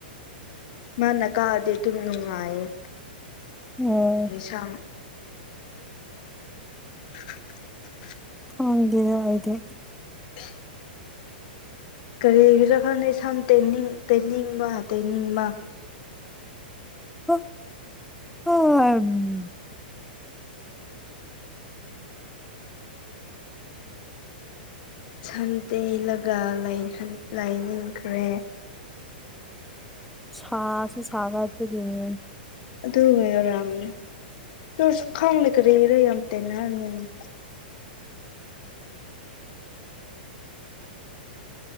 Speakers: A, on the left (about 55°); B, in the centre.
A: ꯃꯥꯅ ꯀꯛꯑꯗꯤ ꯑꯗꯨꯝ ꯅꯨꯡꯉꯥꯏꯌꯦ
B: ꯑꯣ
A: ꯁꯝ <unintelligible>
B: ꯍꯗ ꯍꯥꯏꯗꯤ
A: <unintelligible> ꯀꯔꯤꯒꯤꯔꯥ ꯈꯪꯗ‌ꯦ ꯁꯝ ꯇ‌ꯦꯅꯤꯡ ꯇ‌ꯦꯅꯤꯡꯕ ꯇ‌ꯦꯅꯤꯡꯕ
B: ꯑꯣ
A: ꯁꯝ ꯇꯦꯜꯂꯒ ꯂꯥꯏꯍꯟ ꯂꯩꯅꯤꯡꯈ‍꯭ꯔ‌ꯦ
B: ꯁꯥꯁꯨ ꯁꯥꯒꯥꯠꯂꯛꯄꯒꯤꯅꯤ
A: ꯑꯗꯨꯒꯤ ꯑꯣꯏꯔꯝꯅꯤ ꯇꯨꯁꯨ ꯈꯥꯡ ꯀꯔꯤꯒꯤꯔ ꯌꯥꯝ ꯇ‌ꯦꯅꯍꯟꯅꯤꯉꯤ